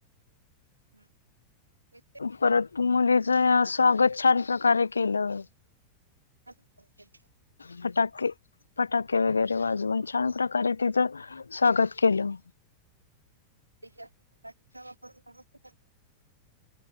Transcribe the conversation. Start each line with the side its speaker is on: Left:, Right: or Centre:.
Right: हम्म. <unintelligible>
Left: परत मुलीचं स्वागत छान प्रकारे केलं.
Right: <unintelligible> केलंत?
Left: फटाके फटाके वगैरे वाजवून छान प्रकारे तिचं स्वागत केलं.
Right: जास्त फटाक्यांचा वापर कर <unintelligible>